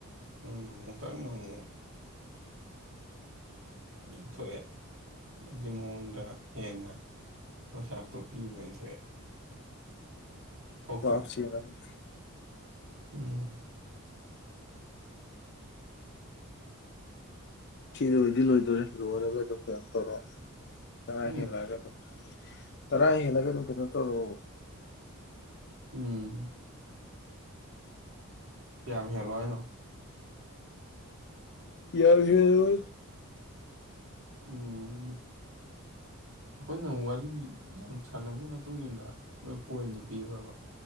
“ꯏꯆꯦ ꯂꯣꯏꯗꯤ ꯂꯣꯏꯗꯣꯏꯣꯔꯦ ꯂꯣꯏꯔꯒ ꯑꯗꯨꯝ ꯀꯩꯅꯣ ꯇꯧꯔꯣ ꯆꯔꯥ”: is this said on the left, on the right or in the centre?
Left